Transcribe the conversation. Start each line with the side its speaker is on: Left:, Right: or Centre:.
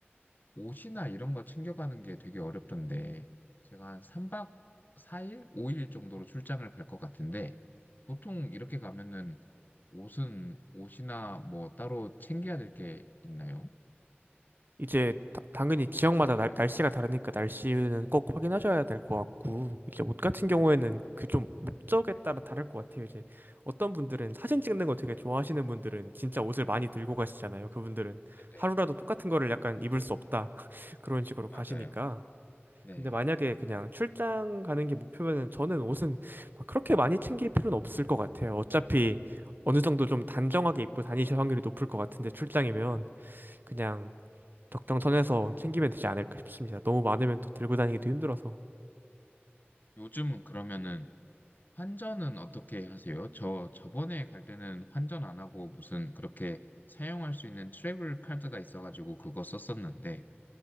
Left: 옷이나 이런 거 챙겨가는 게 되게 어렵던데, 제가 한 3박 4일? 5일 정도로 출장을 갈 것 같은데, 보통 이렇게 가면은 옷은 옷이나 뭐 따로 챙겨야 될 게 있나요?
Right: 이제 다- 당연히 지역마다 날, 날씨가 다르니까 날씨는 꼭 확인하셔야 될 것 같고 이제 옷 같은 경우에는 그 좀 목적에 따라 다를 것 같아요. 이제 어떤 분들은 사진 찍는 거 되게 좋아하시는 분들은 진짜 옷을 많이 들고 가시잖아요. 그분들은
Left: 네네,
Right: 하루라도 똑같은 거를 약간 입을 수 없다 <laughs> 그런 식으로 가시니까.
Left: 맞아요. 네.
Right: 근데 만약에 그냥 출장 가는 게 목표면은 저는 옷은 막 그렇게 많이 챙길 필요는 없을 것 같아요. 어차피 어느 정도 좀 단정하게 입고 다니실 확률이 높을 것 같은데 출장이면 그냥 적정 선에서 챙기면 되지 않을까 싶습니다. 너무 많으면 또 들고 다니기도 힘들어서.
Left: 요즘 그러면은 환전은 어떻게 하세요? 저 저번에 갈 때는 환전 안 하고 무슨 그렇게 사용할 수 있는 트래블 카드가 있어가지고 그거 썼었는데